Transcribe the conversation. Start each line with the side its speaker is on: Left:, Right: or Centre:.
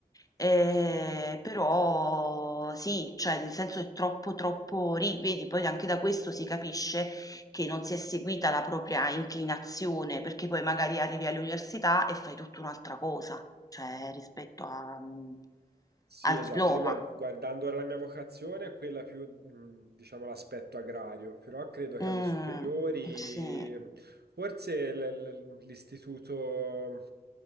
Left: Eh,
Right: Ok.
Left: però sì, cioè nel senso è troppo troppo, ri- vedi, poi anche da questo si capisce che non si è seguita la propria inclinazione, perché poi magari arrivi all'università e fai tutta un'altra cosa, cioè rispetto a, mhmm,
Right: Sì,
Left: al
Right: esatto.
Left: diploma.
Right: Io guard- guardando ora la mia vocazione è quella più, mh, diciamo, l'aspetto agrario, però credo
Left: Mh,
Right: che alle superiori,
Left: sì.
Right: forse l- l- l'istituto,